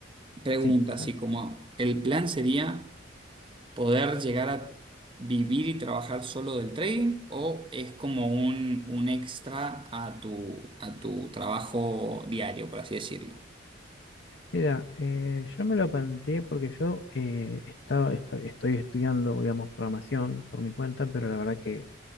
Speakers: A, on the right (about 25°); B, on the left (about 60°).
A: pregunta,
B: sí.
A: así
B: bueno,
A: como, ¿el plan sería poder llegar a vivir y trabajar solo del trading o es como un, un extra a tu, a tu trabajo diario, por así decirlo?
B: Mira, eh, yo me lo planteé porque yo eh, estaba, esta- estoy estudiando, digamos, programación por mi cuenta, pero la verdad que